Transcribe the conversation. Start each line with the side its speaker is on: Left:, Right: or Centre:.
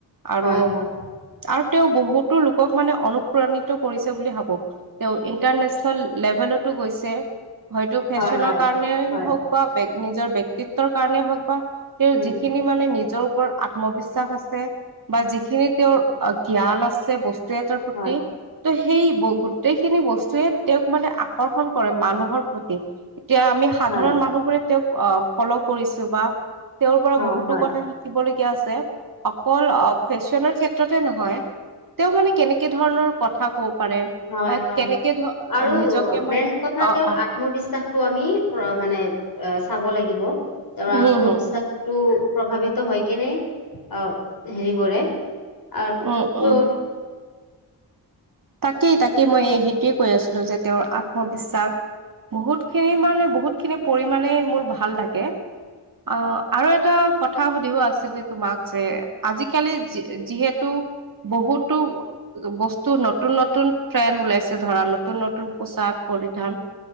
Right: আৰু
Left: হয় হয়
Right: আৰু তেওঁ বহুতো লোকক মানে অনুপ্ৰণিত কৰিছে বুলি ভাবো। তেওঁ ইণ্টাৰনেশ্যনেল লেভেলতো গৈছে। হয়তো ফেশ্বনৰ
Left: হয় হয়
Right: কাৰণেই
Left: হয়
Right: হওক বা নিজৰ বক্তিত্বৰ কাৰণেই হওক বা তেওঁৰ
Left: উম
Right: যিখিনি মানে নিজৰ ওপৰত আত্মবিশ্বাস আছে, বা যিখিনি তেওঁৰ জ্ঞান আছে বস্তু <unintelligible> প্ৰতি
Left: হয়
Right: ত' সেই গোটেইখিনি বস্তুয়ে তেওঁক মানে আকৰ্ষণ কৰে মানুহ প্ৰতি, এতিয়া আমি সাধাৰণ
Left: হয়
Right: মানুহবোৰে তেওঁক আ, ফল' কৰিছো বা তেওঁৰ পৰা
Left: হয়
Right: বহুতো
Left: হয়
Right: কথা শিক শিকিবলগীয়া আছে অকল ফেশ্বনৰ ক্ষেত্ৰতে নহয় তেওঁ মানে কেনেকে ধৰণৰ কথা কব পাৰে
Left: হয়,
Right: বা
Left: হয়,
Right: কেনেকে ধ
Left: আৰু
Right: নিজকে মানে
Left: মেইন কথা
Right: অ
Left: তেওঁৰ
Right: অ
Left: আত্ম বিশ্বাসটো আমি মানে আ, চাব লাগিব তেওঁৰ আত্মবিশ্বাসটো
Right: উম হম
Left: প্ৰভাৱিত ত' হয় কেনে অ, হেৰি কৰে আৰু
Right: উম উম
Left: তো
Right: তাকেই তাকেই মই সেইটোৱে কৈ আছিলোঁ যে তেওঁৰ আত্মবিশ্বাস বহুত খিনি মানে বহুত খিনি পৰিমাণে, মোৰ ভাল লাগে অ', আৰু এটা কথা কথা সুধিব আছিলে তোমাক যে আজিকালি যিহেতু বহুতো বস্তু ন নতুন নতুন ট্ৰেন ওলাইছে ধৰা নতুন নতুন পোচাক পৰিধান